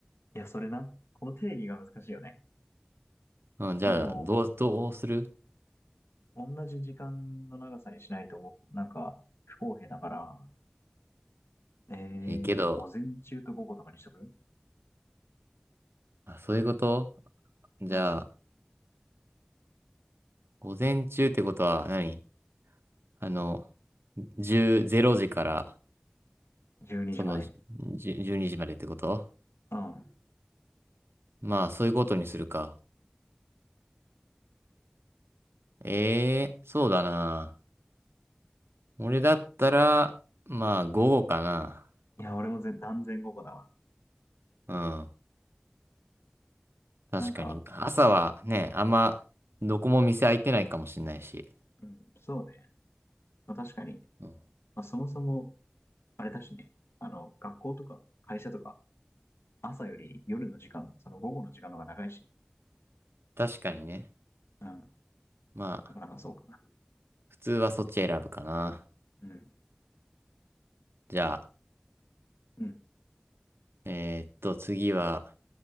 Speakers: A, on the left (about 75°); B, on the right (about 65°).
A: いや、それな。この定義が難しいよね。
B: う。うん、じゃあ、
A: まあでも、
B: どう、どうする
A: 同じ時間の長さにしないと思う、なんか、不公平だから、えー、
B: えーけど、
A: 午前中と午後とかにしとく
B: あ、そういうことじゃあ、
A: うん。
B: 午前中ってことは何、あの、10、0時から、
A: 12時まで。
B: その、10 12時までってこと
A: うん。
B: まあ、そういうことにするか。ええそうだな。俺だったら、まあ、午後かな。
A: いや、俺もぜ断然午後だわ。
B: うん。確かに。
A: なんか、
B: 朝はね、あんま、どこも店開いてないかもしれないし。
A: うん、そうね。まあ、確かに。
B: うん
A: まあ、そもそも、あれだしね。あの、学校とか会社とか、朝より夜の時間、その午後の時間の方が長いしね。
B: 確かにね。
A: うん。
B: まあ、
A: だからまあそうかな。
B: 普通はそっち選ぶかな。
A: うん。
B: じゃあ、
A: うん。
B: えーっと、次は、